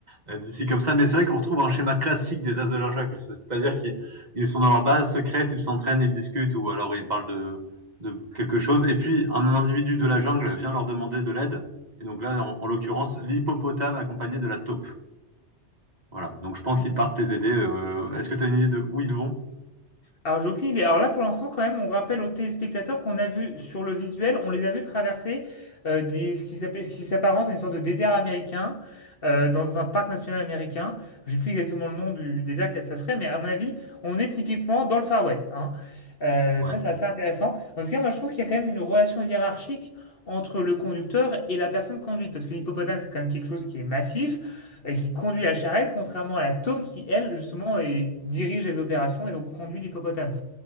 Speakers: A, on the right; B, on the left.
A: euh, d'ici comme ça. Mais c'est vrai qu'on retrouve un schéma classique des As de la l'Injac. C'est-à-dire qu'ils ils sont dans leur base secrète, ils s'entraînent, ils discutent ou alors ils parlent de, de quelque chose. Et puis, un individu de la jungle vient leur demander de l'aide. Et donc là, en, en l'occurrence, l'hippopotame accompagné de la taupe. Voilà. Donc je pense
B: Hmm.
A: qu'ils partent les aider. Euh, est-ce que tu as une idée de où ils vont?
B: Alors, j'ai aucune idée. Alors là, pour l'instant, quand même, on rappelle aux téléspectateurs qu'on a vu sur le visuel, on les a vus traverser euh, des, ce qui s'appelle, ce qui s'apparente à une sorte de désert américain euh, dans un parc national américain. J'ai plus exactement le nom du désert que ça serait, mais à mon avis, on est typiquement dans le Far West. hein. Euh,
A: Ouais.
B: ça, c'est assez intéressant. En tout cas, moi, je trouve qu'il y a quand même une relation hiérarchique entre le conducteur et la personne conduite, parce que l'hippopotame, c'est quand même quelque chose qui est massif et qui conduit la charrette, contrairement à la taupe qui, elle, justement, est- dirige les opérations et donc conduit l'hippopotame.